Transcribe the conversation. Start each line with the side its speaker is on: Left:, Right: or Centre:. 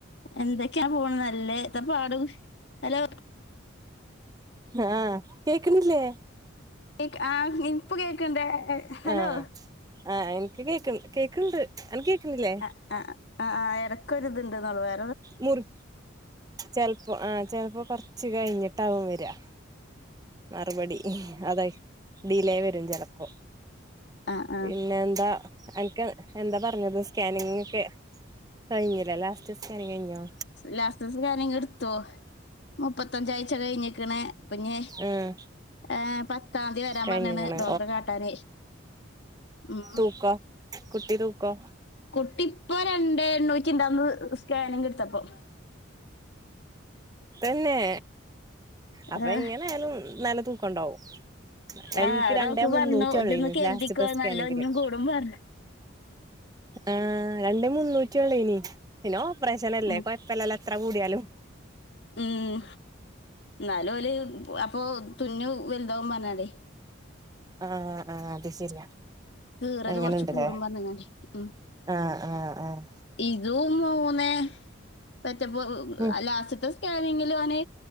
Left: എന്തൊക്കെയാ പോണ നല്ലേ ഇത പാട് ഹലോ
Right: ആഹ് കേക്ക്ണില്ലേ
Left: കേക്ക് ആഹ് ഇപ്പ കേക്ക്ണ്ട് ഹലോ
Right: ആഹ് ആഹ് എനിക്ക് കേക്ക കേക്ക്ണ്ട് എനി കേക്കുന്നില്ലേ
Left: ആഹ് ആഹ് ഇടയ്ക്കൊ ഇത്ണ്ട്ന്നുള്ള പറേ
Right: മുറി ചിലപ്പോ ആഹ് ചിലപ്പോ കൊറച്ച് കഴിഞ്ഞിട്ടകും വരാ മറുപടി അത ഡിലേ വരും ചിലപ്പോ
Left: ആ ആ ആ
Right: പിന്നെ എന്താ അനക്ക് എന്താ പറഞ്ഞത് സ്കാനിങ്ങ ഒക്കെ കഴിഞ്ഞല്ലേ ലാസ്റ്റ് സ്കാനിംഗ് കഴിഞ്ഞോ
Left: ലാസ്റ്റ് സ്കാനിംഗ് എടുത്തോ മുപ്പത്തഞ്ചാഴ്ച കഴിഞ്ഞിക്കണ പ ഞ്ഞി
Right: ഉം
Left: ഏഹ് പത്താം തിയതി വരാൻ
Right: കഴിഞ്ഞ്ക്ക്ണ്
Left: പറഞ്ഞണ് ഡോക്ടറെ കാട്ടാന് ഉം
Right: തൂക്ക കുട്ടി തൂക്കാ
Left: കുട്ടി ഇപ്പൊ രണ്ട് എണ്ണൂറ്റി ഉണ്ടന്ന് സ്കാനിങ് എടുത്തപ്പൊ
Right: തന്നെ അപ്പ
Left: ഏഹ്
Right: എങ്ങനെ ആയാലും നല്ല തൂക്ക ഉണ്ടാവും എനിക്ക്
Left: ഏഹ്
Right: രണ്ടേ
Left: ഡോക്ടർ
Right: മുന്നൂറ്റിയ
Left: പറഞ്ഞു ഇതൊന്ന്
Right: ഉള്ളന്ന്
Left: കരുതിക്കോ
Right: ലാസ്റ്റ് തെ സ്കാനിംഗ്
Left: നല്ല ഒഞ്ഞും
Right: ൽ
Left: കൂടും പറഞ്ഞു
Right: ആഹ് രണ്ടേ മുന്നൂറ്റിയള്ള ഇനി പിന്നെ ഓപ്പറേഷനല്ലേ
Left: ഉം.
Right: കൊഴപ്പല്ല ല്ല എത്ര കൂടിയാലും
Left: ഉം ന്നാലും ഓല് അപ്പൊ തുന്നോ വലുതാവും പറഞ്ഞാടേ
Right: ആഹ് ആഹ് അത് ശരിയാ
Left: കീറല്
Right: അങ്ങനെണ്ട്
Left: കുറച്ച് കൂടും
Right: ലെ
Left: പറഞ്ഞങ്ങാണ്ടേ ഉം.
Right: ആഹ് ആഹ് ആഹ്
Left: ഇതും മൂന്നേ പെറ്റപ്പോ
Right: ഉം
Left: ലാസ്റ്റത്തെ സ്കാനിംഗ് അവന്